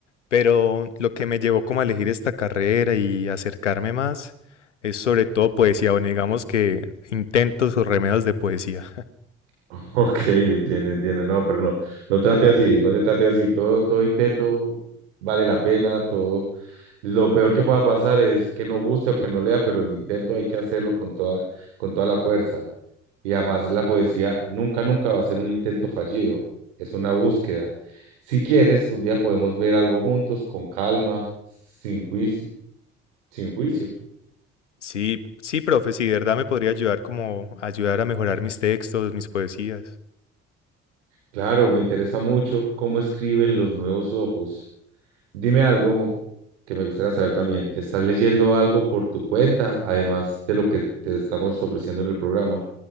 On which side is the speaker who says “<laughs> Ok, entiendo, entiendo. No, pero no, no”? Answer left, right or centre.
Right